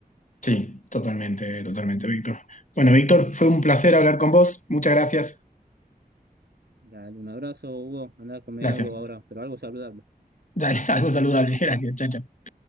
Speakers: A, on the left; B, on the right.
A: sí, totalmente, totalmente, Víctor. Bueno, Víctor, fue un placer hablar con vos. Muchas gracias.
B: Dale un abrazo, Hugo, andá a comer
A: Gracias.
B: algo ahora, pero algo saludable.
A: Dale, <laughs> algo saludable. Gracias. Chao, chao.